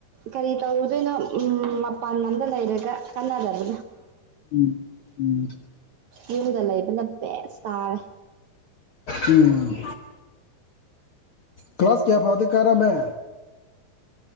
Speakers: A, on the right; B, on the left.
A: ꯀꯔꯤ ꯇꯧꯔꯨꯗꯣꯏꯅꯣ ꯎꯝ ꯃꯄꯥꯟ ꯂꯝꯗ ꯂꯩꯔꯒ ꯀꯥꯟꯅꯗꯕꯅ꯫
B: ꯎꯝ ꯎꯝ
A: ꯌꯨꯝꯗ ꯂꯩꯕꯅ ꯕꯦꯁ ꯇꯥꯔꯦ꯫
B: ꯎꯝ ꯀ꯭ꯂꯥꯁ ꯀꯌꯥ ꯐꯥꯎꯗꯤ ꯀꯥꯔꯝꯃꯦ꯫